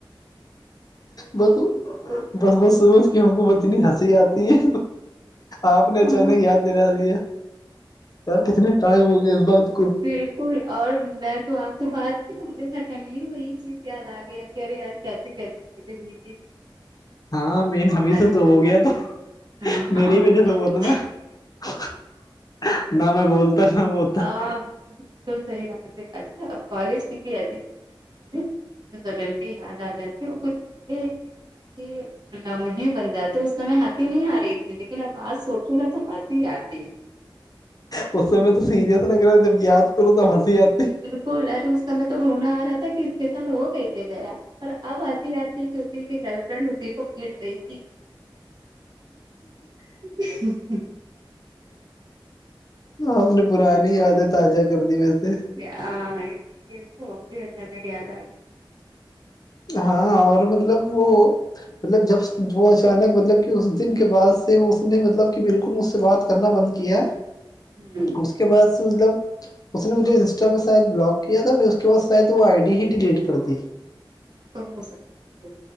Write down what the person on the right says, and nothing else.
بالکل
ہاں
بالکل اور میں تو آپ سے بات کی تو مجھے سٹنلی وہی چیز یاد آ گیا کی ارے یار کیسے کیسے بھیتی تھی <unintelligible>
ارے
ہاں
اور
آ بالکل صحیح بات ہے اچھا اب کالج کی بھی ایسی چیز مجھے سڈنلی یاد آ جاتی ہے وہ کچھ چیزیں اتنی اچھی لمہے بن جاتے اس سمے ہنسی نہیں آ رہی تھی لیکن اب آج سوچوں نا تو ہنسی آتی ہے
کل ارے اس سمے تو رونا آ رہا تھا کی اس کے ساتھ ہو کیسے گیا پر اب ہسی آتی کی اسی کی گل فرینڈ اسی کو پیٹ رہی تھی ہ
<unintelligible>
ہمم
ہاں تو ہو سکتا ہے